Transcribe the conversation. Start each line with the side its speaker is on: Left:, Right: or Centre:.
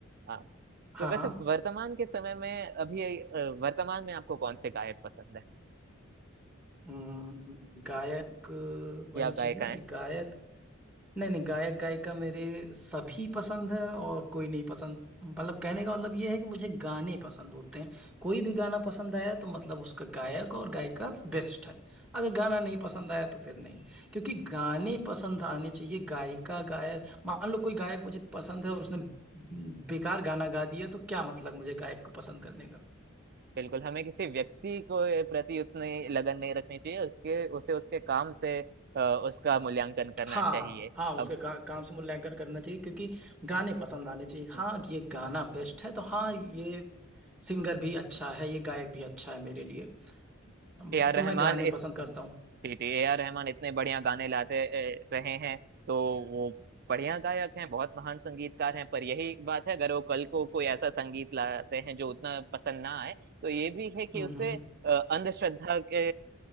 Right: हाँ
Centre: हाँ
Right: तो वैसे
Centre: हाँ
Right: वर्तमान के समय में अभी अ, वर्तमान में आपको कौन से गायक पसंद है
Centre: हम्म, गायक अ,
Right: या
Centre: वही चीज
Right: गायिकाएं
Centre: ना कि गायक नहीं नहीं गायक गायिका मेरे सभी पसंद है और कोई नहीं पसंद मतलब कहने का मतलब ये है कि मुझे गाने पसंद होते हैं कोई भी गाना पसंद आया तो मतलब उसका गायक और गायिका बेस्ट है अगर गाना नहीं पसंद आया तो फिर नहीं क्योंकि गाने पसंद आने चाहिए गायिका गायक मान लो कोई गायक मुझे पसंद है और उसने बेकार गाना गा दिया तो क्या मतलब मुझे गायक को पसंद करने का
Right: बिल्कुल हमें किसी व्यक्ति को प्रति उतनी लगन नहीं रखनी चाहिए उसके उसे उसके काम से अ, उसका मूल्यांकन करना
Centre: हाँ
Right: चाहिए
Centre: हाँ उसके
Right: अब
Centre: का, काम से मूल्यांकन करना चाहिए क्योंकि गाने पसंद आने चाहिए हाँ
Right: ए
Centre: ये गाना बेस्ट है तो हाँ ये सिंगर भी अच्छा है ये गायक भी अच्छा है मेरे लिए अम,
Right: आर
Centre: तो
Right: रहमान
Centre: मैं गाने
Right: इत,
Centre: पसंद करता
Right: जी
Centre: हूँ
Right: जी ए आर रहमान इतने बढ़िया गाने लाते ए, रहे हैं तो वो बढ़िया गायक हैं बहुत महान संगीतकार हैं पर यही बात है अगर वो कल को कोई ऐसा संगीत लाते हैं जो उतना पसंद ना आए तो ये भी है कि
Centre: हम्म
Right: उसे
Centre: हम्म।
Right: अ, अंधश्रद्धा के